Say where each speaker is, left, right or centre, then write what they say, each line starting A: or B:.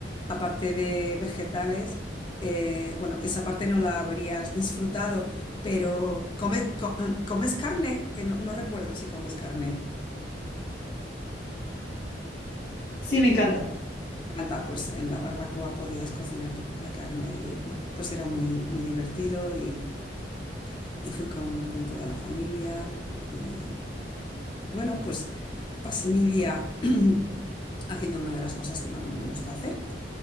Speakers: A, on the left; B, on the left.
A: aparte de vegetales, eh, bueno, esa parte no la habrías disfrutado, pero come- co- ¿comes carne? Que no, no recuerdo si comes carne.
B: Sí, me encanta.
A: Canta, pues en la barbacoa podías cocinar tu propia carne y bueno, pues era muy, muy divertido y, y fui con, con toda la familia y bueno, pues... pasé mi día <clears throat> haciendo una de las cosas que más me gusta hacer.